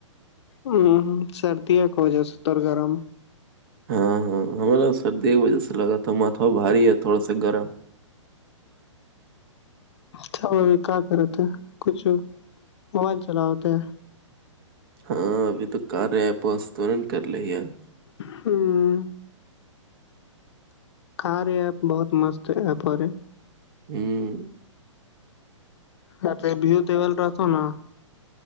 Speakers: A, on the left; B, on the right.
A: ہوں سردیا کا وجہ ست اور گرم
B: ہاں ہاں ہمارا سردی کی وجہ سے لگا تھا متا بھاری ہے تھوڑا سا گرم
A: چل ابھی کیا کرتے ہیں کچھ موبائل چلا ہوتے ہیں
B: ہاں ابھی تو کر رہے ہے پاس تو نہیں ن کر ل یار
A: ہوں کار یہ ایپ بہت مست ایپ اور رہے
B: ہوں
A: ااں تو ویو دی وول رہتا نا